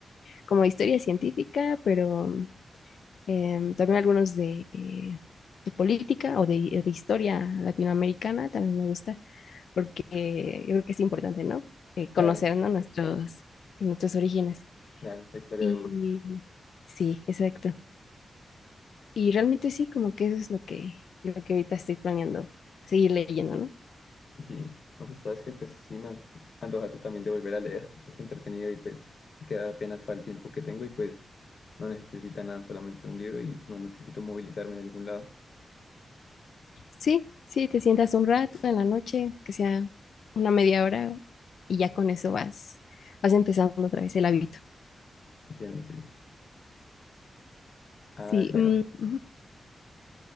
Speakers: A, on the left (about 80°); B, on the left (about 60°).
A: como de historia científica, pero em, también algunos de, eh, de política o de, de historia latinoamericana también me gusta, porque yo creo que es importante, ¿no? Eh, conocer,
B: Claro,
A: ¿no? Nuestros, nuestros orígenes.
B: claro, la historia
A: Y
B: de uno.
A: sí, exacto. Y realmente sí, como que eso es lo que, lo que ahorita estoy planeando, seguir leyendo, ¿no?
B: Sí, no, pues sabes que pues sí me antojaste también de volver a leer. Es entretenido y pues queda apenas para el tiempo que tengo y pues no necesita nada, solamente un libro y no necesito movilizarme en ningún lado.
A: Sí, sí, te sientas un rato en la noche, que sea una media hora, y ya con eso vas, vas empezando otra vez el hábito.
B: Entiendo, sí. Ah,
A: Sí,
B: bueno.
A: mm, <laughs> ujú.